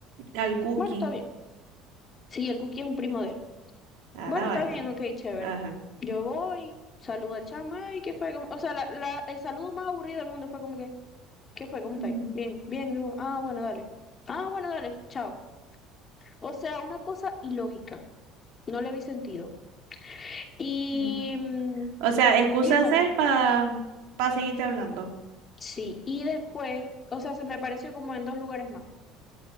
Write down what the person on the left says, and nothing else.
Bueno, está bien. Sí, el cookie es un primo de él.
Bueno,
está bien, ok, chévere.
Yo voy, saludo al chama, y qué fue, Como- o sea, la, la- el saludo más aburrido del mundo fue como que... ¿Qué fue? ¿Cómo
estáis? Bien, bien, digo, ah, bueno, dale. Ah, bueno, dale, chao. O sea, una cosa ilógica, no le vi sentido. Y,
mm,
y bueno,
sí, y después, o sea, se me apareció como en dos lugares más.